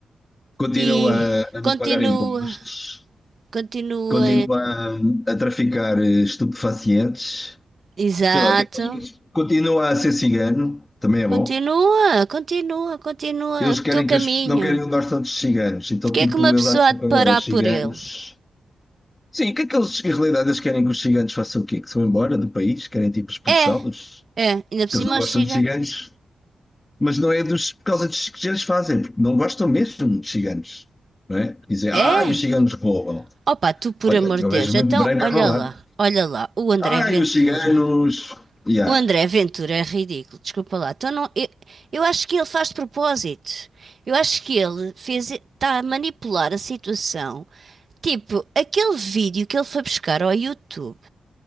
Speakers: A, on the left (about 25°); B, on the right (about 55°).
A: Continua
B: e
A: a não
B: continua,
A: pagar impostos,
B: continua,
A: continua a, traficar eh, estupefacientes,
B: exato,
A: sei lá o que é que continua a ser cigano, também é
B: continua,
A: bom.
B: continua, continua
A: Eles
B: o teu
A: querem
B: caminho.
A: que as, não querem onde tantos ciganos, então
B: Porquê
A: tipo,
B: é que uma pessoa
A: eles acham
B: há de
A: que agora
B: parar
A: os
B: por
A: ciganos.
B: ele?
A: Sim, o que é que eles, em realidade, eles querem que os ciganos façam o quê? Que se vão embora do país? Querem tipo expulsá-los?
B: É, é, ainda por
A: Porque eles
B: cima
A: não gostam
B: o Chega.
A: de ciganos, mas não é dos, por causa dos que eles fazem, porque não gostam mesmo de ciganos, não é? Dizem, ah,
B: É.
A: e os ciganos roubam.
B: Opa, tu por
A: Olha,
B: amor de
A: eu vejo
B: Deus, então
A: muito branco
B: olha
A: a roubar.
B: lá, olha lá, o André
A: Ah,
B: Ventura.
A: e os ciganos. Yeah.
B: O André Ventura é ridículo, desculpa lá. Então não, eu, eu acho que ele faz de propósito. Eu acho que ele fez, está a manipular a situação. Tipo, aquele vídeo que ele foi buscar ao YouTube